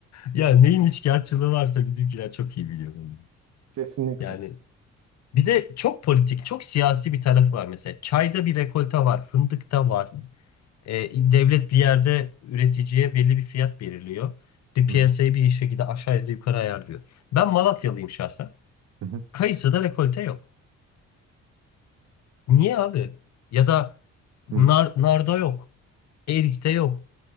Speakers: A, on the left (about 60°); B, on the right (about 65°).
A: Ya neyin üçkağıtçılığı varsa bizimkiler çok iyi biliyor bunu.
B: Kesinlikle.
A: Yani bir de çok politik, çok siyasi bir tarafı var mesela. Çayda bir rekolta var, fındıkta var. Ee, devlet bir yerde üreticiye belli bir fiyat belirliyor. Bir piyasayı
B: Hı
A: bir şekilde aşağı ya da yukarı ayarlıyor. Ben Malatyalıyım şahsen.
B: hı.
A: Kayısıda rekolte yok. Niye abi? Ya da nar,
B: hı.
A: narda yok. Erikte yok.